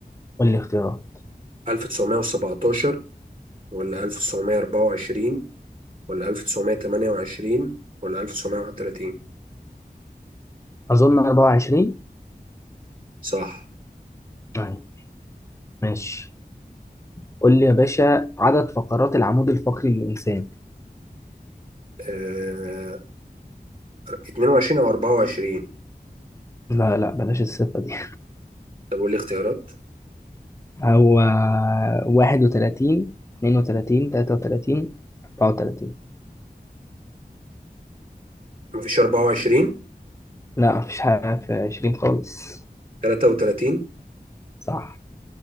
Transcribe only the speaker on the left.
قول لي اختيارات
أظن 24
أيوة ماشي قول لي يا باشا عدد فقرات العمود الفقري للإنسان
لا لا بلاش الصفة دي
<laughs> هو 31 32 33 34
لا مفيش حاجة في 20 خالص
صح